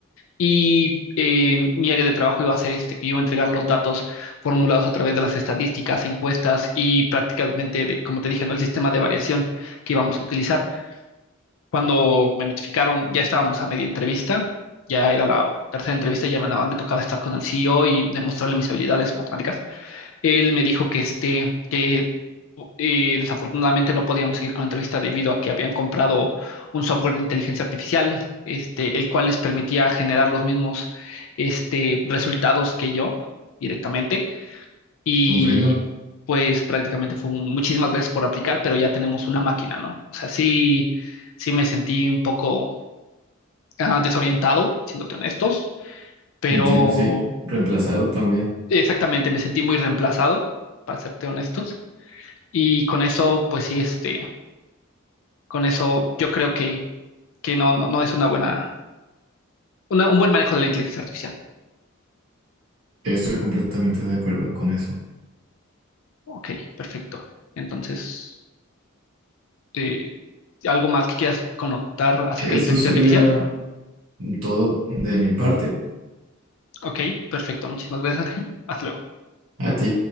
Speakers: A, on the left; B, on the right.
A: Y eh, mi área de trabajo iba a ser este, que yo iba a entregar los datos formulados a través de las estadísticas, encuestas y prácticamente, de- como te dije, ¿no? el sistema de variación que íbamos a utilizar. Cuando me notificaron, ya estábamos a media entrevista, ya era la tercera entrevista, ya me, nada más me tocaba estar con el CEO y demostrarle mis habilidades matemáticas. Él me dijo que este, que eh, desafortunadamente no podíamos seguir con la entrevista debido a que habían comprado un software de inteligencia artificial, este, el cual les permitía generar los mismos, este, resultados que yo directamente. Y
B: comprendo,
A: pues prácticamente fue un, muchísimas gracias por aplicar, pero ya tenemos una máquina, ¿no? O sea, sí, sí me sentí un poco ah, desorientado, siéndote honestos, pero
B: entiendo, sí, reemplazado también.
A: exactamente me sentí muy reemplazado, para serte honestos. Y con eso, pues sí, este, con eso yo creo que, que no, no, no es una buena, una- un buen manejo de la inteligencia artificial.
B: Estoy completamente de acuerdo con eso.
A: Ok, perfecto. Entonces, eh, ¿algo más que quieras connotar acerca
B: Eso
A: de la inteligencia
B: sería
A: artificial?
B: todo de mi parte.
A: Ok, perfecto. Muchísimas gracias, Ángel. Hasta luego.
B: A ti.